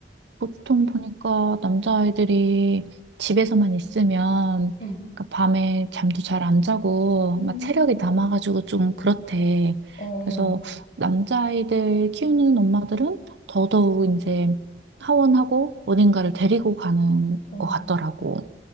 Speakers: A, on the right; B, on the left.
A: 보통 보니까 남자아이들이 집에서만 있으면
B: 음,
A: 그러니까 밤에 잠도 잘 안 자고
B: 음,
A: 막 체력이 남아가지고 좀 그렇대.
B: 어,
A: 그래서 남자아이들 키우는 엄마들은 더더욱 이제 하원하고 어딘가를 데리고 가는
B: 어,
A: 것 같더라고.